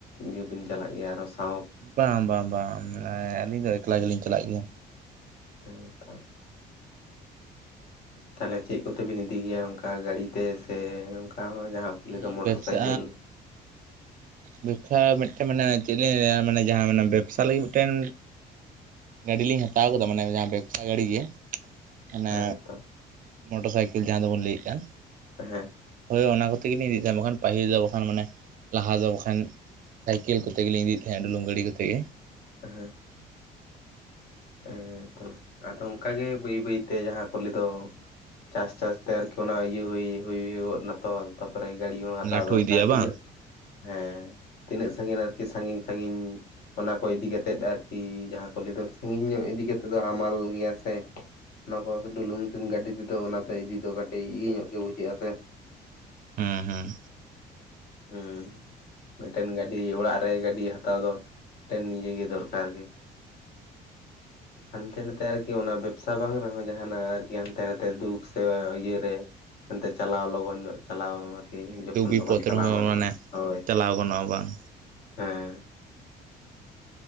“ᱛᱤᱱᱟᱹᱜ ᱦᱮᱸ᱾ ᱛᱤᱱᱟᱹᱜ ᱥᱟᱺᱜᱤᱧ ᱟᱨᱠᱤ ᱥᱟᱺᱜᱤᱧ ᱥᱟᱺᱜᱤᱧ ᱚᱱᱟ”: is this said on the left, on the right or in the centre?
Left